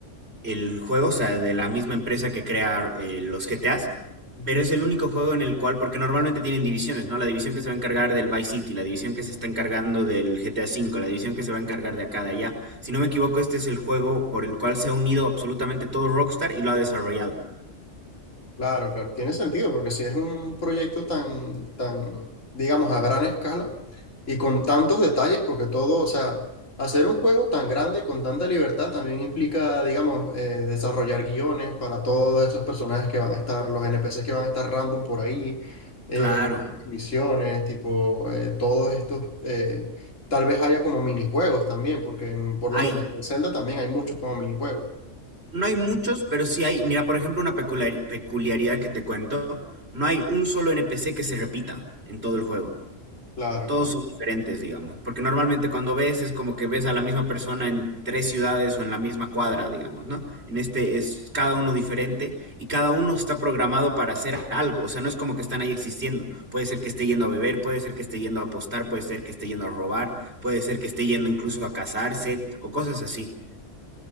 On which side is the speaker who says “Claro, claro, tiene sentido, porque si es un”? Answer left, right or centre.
Left